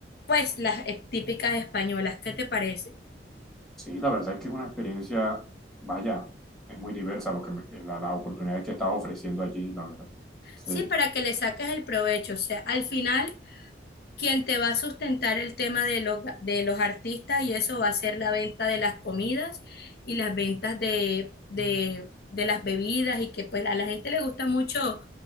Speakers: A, on the left (about 60°); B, in the centre.
A: pues las eh, típicas españolas. ¿Qué te parece?
B: sí, la verdad es que es una experiencia, vaya, es muy diversa lo que me- la- las oportunidades que estás ofreciendo allí, la verdad. Sí,
A: Sí, para que le saques el provecho. O sea, al final, quien te va a sustentar el tema de los, de los artistas y eso va a ser la venta de las comidas y las ventas de, de, de las bebidas y que pues a la gente le gusta mucho